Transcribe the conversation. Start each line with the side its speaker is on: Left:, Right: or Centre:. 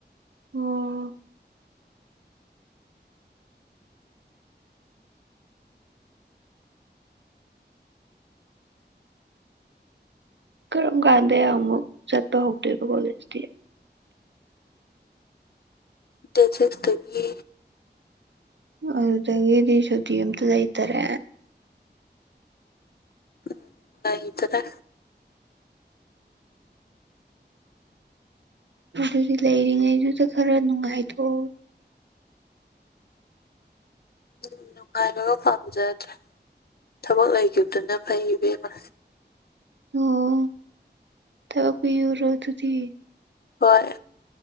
Right: ꯑꯣꯝ ꯀꯔꯝ ꯀꯥꯟꯗ ꯑꯃꯨꯛ ꯆꯠꯄ ꯍꯧꯗꯣꯏꯕ ꯀꯣꯂꯦꯖꯇꯤ
Left: ꯇꯁꯦꯁ ꯇꯔꯤ
Right: ꯑꯗꯨꯗꯒꯤꯦ ꯁꯗꯤ ꯑꯇ ꯂꯩꯩ ꯇꯔ
Left: ꯎꯝꯗꯔꯦ
Right: ꯑꯗꯨꯗꯤ ꯂꯩꯔꯤꯉꯩꯗꯨꯗ ꯈꯔ ꯅꯨꯡꯉꯥꯏꯊꯣꯛꯎ
Left: ꯎꯝ ꯅꯨꯡꯉꯥꯏꯂꯒ ꯄꯥꯝꯖꯠ ꯊꯕꯛ ꯂꯩꯈꯤꯕꯗꯨꯅ ꯐꯩ ꯏꯕꯦꯝꯃ
Right: ꯑꯣ ꯇꯕ ꯄꯤ ꯑꯣꯏꯔꯗꯤ
Left: ꯍꯣꯏ